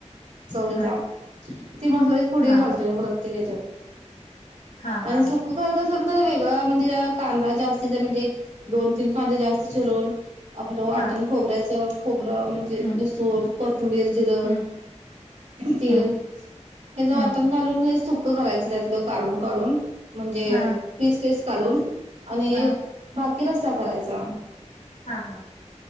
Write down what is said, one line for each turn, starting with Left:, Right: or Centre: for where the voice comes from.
Right: चविच्या
Left: हा
Right: ती मसाल्याची पुडी
Left: हा
Right: घालतेो मी प्रत्येक ह्याच्यात,
Left: हा हा
Right: आणि
Left: हा
Right: सुख खात अस तर वेगळा म्हणजे कांदा जास्त ति म्हणजे एक दोन तीन कांदे जास्त चिरून आपलं वाटण
Left: हा
Right: खोबऱ्याचं म्हणजे
Left: हम्म
Right: लसूण कोथंबीर जिर
Left: हम्म
Right: तिळ
Left: हम्म
Right: हच वाटण
Left: हम्म
Right: घालून सुक सुकं करायचं त्यातलं काढून काढून म्हणजे
Left: हा
Right: फीस पिस काढून आणि
Left: हा
Right: बाकी रसा करायचा.
Left: हा हा